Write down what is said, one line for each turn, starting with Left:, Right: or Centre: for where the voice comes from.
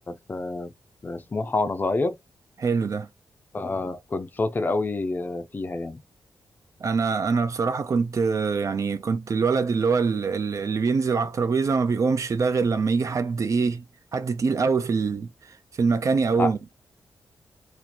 Left: في في سموحه وانا صغير
Right: <laughs> حلو ده
Left: فكنت شاطر قوي فيها يعني
Right: انا انا بصراحة كنت آه، يعني كنت الولد اللي هو ال- ال- اللي بينزل على الترابيزة ما بيقومش ده غير لما يجي حد ايه حد تقيل قوي في ال في المكان يقومه
Left: ع-